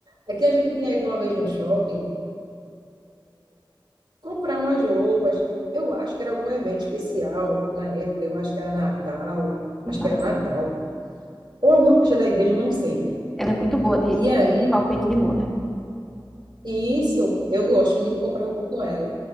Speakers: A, on the right (about 65°); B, in the centre.
A: É que a gente tinha ido uma vez no shopping. comprar umas roupas. Eu acho que era algum evento especial na época, eu acho que era Natal,
B: Que
A: acho
B: massa.
A: que era Natal, ou alguma festa da igreja, não sei.
B: Ela é muito boa de,
A: E
B: de
A: aí,
B: palpite de moda.
A: e isso, eu gosto muito de comprar roupa com ela.